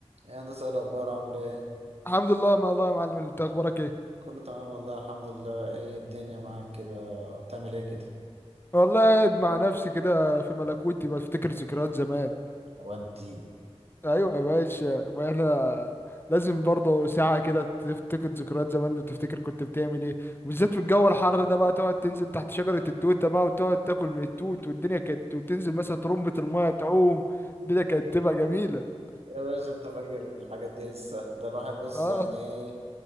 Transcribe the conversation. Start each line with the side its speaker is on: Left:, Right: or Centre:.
Right: ايه يا هندسة ايه الأخبار عامل ايه؟
Left: الحمد لله ما الله يا معلم انت اخبارك ايه
Right: كله تمام والله الحمد لله ايه الدنيا معاك كده بتعمل ايه كده؟
Left: والله قاعد مع نفسي كده في ملكوتي بفتكر ذكريات زمان
Right: ودي
Left: ايوه يا باشا ما احنا لازم برضه ساعة كده تفتكر ذكريات زمان وتفتكر كنت بتعمل ايه وبالذات
Right: <laughs>
Left: في الجو الحر ده بقى تقعد تنزل تحت شجرة التوتة بقى وتقعد تاكل من التوت والدنيا كانت وتنزل مثلا ترمبة المية تعوم الدنيا كانت تبقى جميلة
Right: يا باشا انت فاكر الحاجات دي لسه ده الواحد بص
Left: اه
Right: يعني ايه